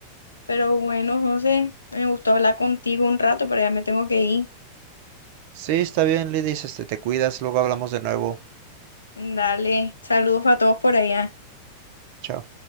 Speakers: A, on the left; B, on the right.
A: Pero bueno, José, me gustó hablar contigo un rato, pero ya me tengo que ir.
B: Sí, está bien, Lidis, este, te cuidas, luego hablamos de nuevo.
A: Dale, saludos a todos por allá.
B: Chao.